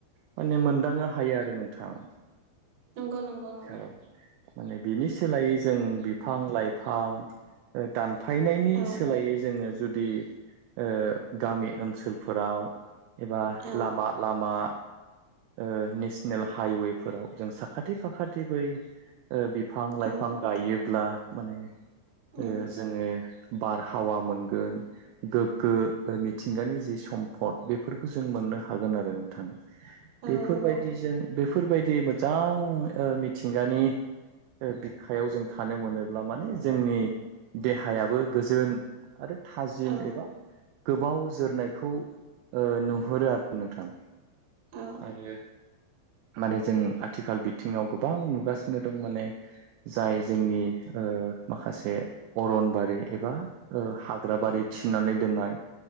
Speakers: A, on the right (about 85°); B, on the right (about 65°).
A: माने मोनदांनो हायो आरो नोंथां।
B: नंगौ नंगौ नंगौ।
A: औ माने बिनि सोलायै जों बिफां लाइफां हां दानफायनायनि
B: औ
A: सोलायै जोङो जुदि ओ गामि ओनसोलफोराव एबा
B: औ
A: लामा लामा ओ नेसनेल हाइवेफोराव जों साखाथि फाखाथि बै ओ बिफां लाइफां
B: औ
A: गायोब्ला माने ओ
B: उम
A: जोङो बारहावा मोनगोन गोग्गो मिथिंगानि जि सम्पद बेफोरखौ जों मोननो हागोन आरो नोंथां बेफोर
B: औ नंगौ
A: बायदिजों बेफोर बायदि मोजां मिथिंगानि ओ बिखायाव जों थानो मोनोब्ला माने जोंनि देहायाबो गोजोन आरो थाजिम
B: औ
A: एबा गोबाव जोरनायखौ नुहुरो आरो नोंथां।
B: औ
A: आरो माने जों आथिखाल बिथिङाव गोबां नुगासिनो दं माने जाय जोंनि ओ माखासे अरनबारि एबा ओ हाग्राबारि थिनानै दोननाय।